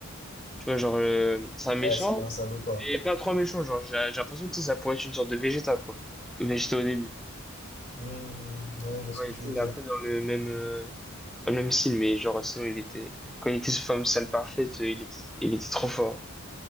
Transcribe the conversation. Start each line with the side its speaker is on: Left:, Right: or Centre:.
Centre: Tu vois, genre, euh, c'est un méchant,
Left: Ouais, c'est pas un salopard.
Centre: mais pas trop un méchant. Genre, j'ai j'ai l'impression que tu sais, ça pourrait être une sorte de Vegeta, quoi. Vegeta au début.
Left: Hmm, ouais, je vois ce
Centre: Ouais,
Left: que tu
Centre: tu
Left: veux
Centre: sais,
Left: dire.
Centre: il est un peu dans le même, euh, dans le même style, mais genre, sinon, il était. Quand il était sous forme sale parfaite, euh, il était, il était trop fort.